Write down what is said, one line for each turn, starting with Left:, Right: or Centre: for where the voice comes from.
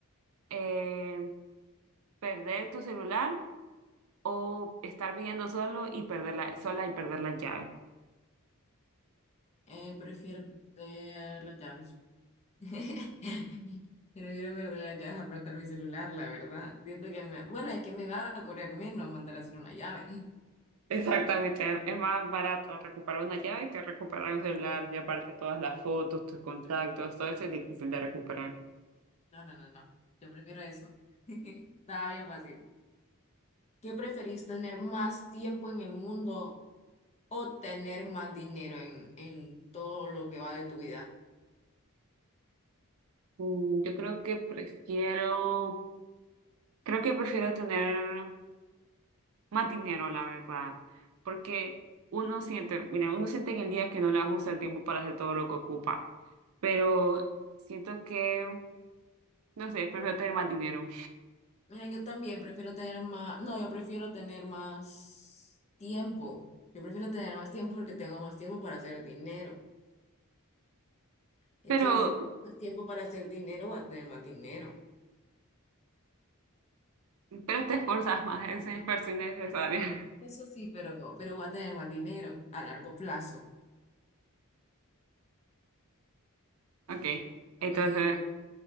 Right: eh, perder tu celular o estar viviendo solo y perderla, sola y perder la llave.
Left: eh, prefiero perder las llaves. <laughs> Prefiero perder las llaves a perder mi celular, la verdad. Siento que me, bueno, es que me va a correr menos mandar a hacer una llave.
Right: Exactamente, es más barato recuperar una llave que recuperar un celular y aparte todas las fotos, tus contactos, todo eso es difícil de recuperar.
Left: No, no, no, no. Yo prefiero eso. <laughs> Está bien fácil. ¿Qué preferís, tener más tiempo en el mundo o tener más dinero en, en todo lo que va de tu vida?
Right: Mm, Yo creo que prefiero, creo que prefiero tener más dinero, la verdad, porque uno siente, mira, uno siente en el día que no le ajusta el tiempo para hacer todo lo que ocupa, pero siento que, no sé, prefiero tener más dinero.
Left: Mira, yo también prefiero tener más, no, yo prefiero tener más tiempo. Yo prefiero tener más tiempo porque tengo más tiempo para hacer dinero. Entonces,
Right: Pero,
Left: si tengo más tiempo para hacer dinero, voy a tener más dinero.
Right: pero te esforzas más, es un esfuerzo innecesario. <laughs>
Left: Eso sí, pero, pero voy a tener más dinero a largo plazo.
Right: Ok,
Left: Ah,
Right: entonces
Left: Pues sí, pues,